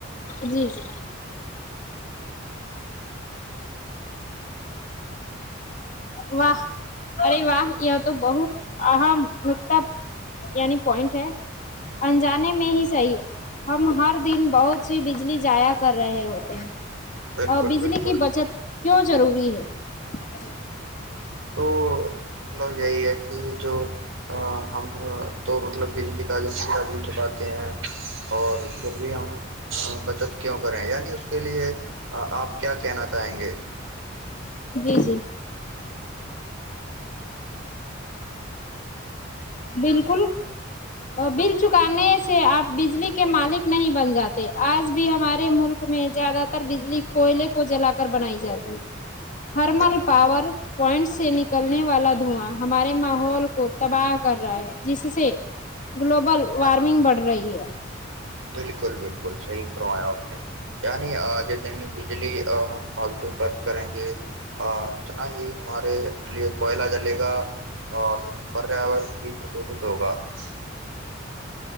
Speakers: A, on the left; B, on the right.
A: جی جی واہ ارے واہ یہ تو بہت اہم نکتا یعنی پوائنٹ ہے انجانے میں ہی صحیح ہم ہر دن بہت سی بجلی جایا کر رہے ہوتے ہیں
B: بالکل
A: ا بجلی
B: بالکل
A: کی بچت کیوں ضروری ہے ہہ
B: تو مطلب یہی ہے کہ جو ا ہم تو مطلب بجلی کا چکاتے ہیں اور پھر بھی ہم بچت کیوں کریں یعنی اس کے لیے آپ کیا کہنا چاہیں گے
A: جی جی بالکل بل چکانے سے آپ بجلی کے مالک نہیں بن جاتے آج بھی ہمارے ملک میں زیادہ تر بجلی کوئلے کو جلا کر بنائی جاتی ہے تھرمل
B: بالکل
A: پاور پوائنٹ سے نکلنے والا دھواں ہمارے ماحول کو تباہ کر رہا ہے جس سے گلوبل وارمنگ بڑھ رہی ہے
B: ملکول ب ل ش کروایا نے کیا نہیں ج ت جلی پالتو خرچ کریں گے اتنا ہی ہمارے لیے کوئلہ جلے گا اور پریا بھی پردوشت ہوگا جی